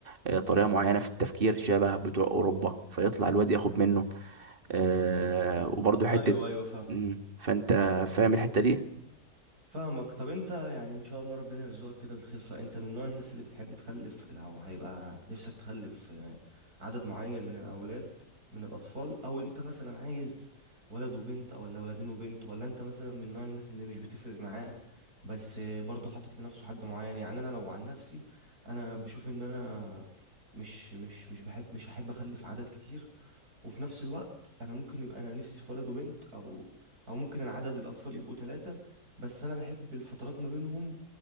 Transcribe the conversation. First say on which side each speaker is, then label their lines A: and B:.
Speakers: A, on the right; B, on the right.
A: آه، طريقه معينه في التفكير شبه بتوع اوروبا فيطلع الواد ياخد منه آه، وبرضه حته
B: ايوه ايوه فاهم
A: مم، فانت فاهم الحته دي
B: فاهمك طب انت يعني ان شاء الله ربنا يرزقك كده بالخلفة انت من نوع الناس اللي بتحب تخلف او هيبقى نفسك تخلف آه، عدد معين من الاولاد من الاطفال او انت مثلا عايز ولد وبنت ولا ولدين وبنت ولا انت مثلا من نوع الناس اللي مش بتفرق معاه بس آه، برضه حاطط لنفسه حد معين يعني انا لو عن نفسي انا بشوف ان انا مش مش مش بحب مش هحب اخلف عدد كتير وفي نفس الوقت انا ممكن يبقى انا نفسي في ولد وبنت او او ممكن العدد الاطفال يبقوا ثلاثة بس انا بحب الفترات ما بينهم